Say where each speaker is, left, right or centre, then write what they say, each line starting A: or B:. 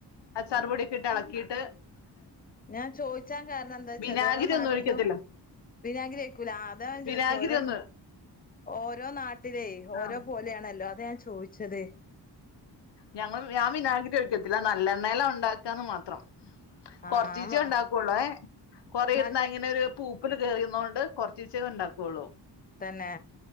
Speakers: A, on the left; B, on the left.
A: അച്ചാറുപൊടിയൊക്കെ
B: ആ
A: ഇട്ട് എളക്കിയിട്ട്
B: ഞാൻ ചോയിച്ചാൻ കാരണം എന്താച്ചാല്
A: വിനാഗിരി
B: ഓരോ നാട്ടിലും
A: ഒന്നും ഒഴിക്കത്തില്ല
B: വിനാഗ്രി ഒഴിക്കൂല അതാ ഞാൻ
A: വിനാഗിരി
B: ചോയിച്ചത് ഓരോ
A: ഒന്നും
B: ഓരോ നാട്ടിലേ ഓരോ
A: ആഹ്
B: പോലെയാണല്ലോ അതാ ഞാൻ ചോയിച്ചത് <unintelligible>
A: ഞങ്ങളും ഞാൻ വിനാഗിരി ഒഴിക്കത്തില്ല നല്ലണ്ണേലാ ഉണ്ടാക്കാന്ന് മാത്രം
B: ആഹ്
A: കൊറച്ചീ ച്ചേ
B: വാ
A: ഉണ്ടാക്കള്ളൂ കൊറേ
B: നല്ല
A: ഇരുന്നാ ഇങ്ങനെ ഒരു പൂപ്പില് കേറിന്നോണ്ട് കൊറച്ചീ ച്ചെത് ഉണ്ടാക്കുള്ളൂ
B: തന്നെ